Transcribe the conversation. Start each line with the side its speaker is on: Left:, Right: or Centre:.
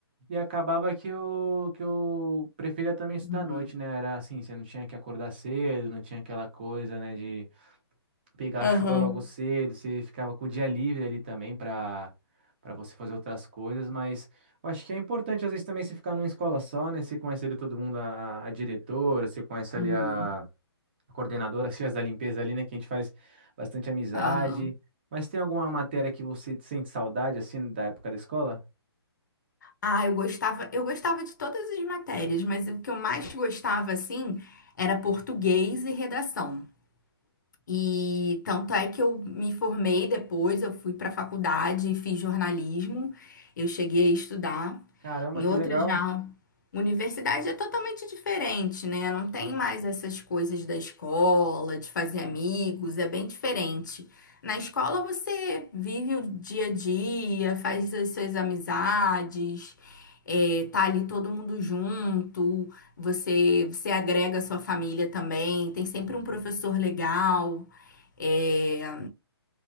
Right: E acabava que eu, que eu preferia também estudar
Left: Uhum.
Right: à noite, né? Era assim, você não tinha que acordar cedo, não tinha aquela coisa, né, de pegar
Left: Aham.
Right: a chuva logo cedo, você ficava com o dia livre ali também para para você fazer outras coisas, mas eu acho que é importante às vezes também você ficar numa escola só, né? Você conhece ali todo mundo, a, a diretora, você conhece
Left: Uhum.
Right: ali a, a coordenadora, as tias da limpeza ali, né? Que a gente faz bastante amizade.
Left: Aham.
Right: Mas tem alguma matéria que você sente saudade, assim, da época da escola?
Left: Ah, eu gostava, eu gostava de todas as matérias, mas o que eu mais gostava, assim, era português e redação. E tanto é que eu me formei depois, eu fui para a faculdade e fiz jornalismo. Eu cheguei a estudar
Right: Caramba,
Left: em
Right: que
Left: outra
Right: legal.
Left: já universidade é totalmente diferente, né? Não tem mais essas coisas da escola, de fazer amigos, é bem diferente. Na escola você vive o dia a dia, faz as suas amizades, é, tá ali todo mundo junto, você, você agrega a sua família também, tem sempre um professor legal. é.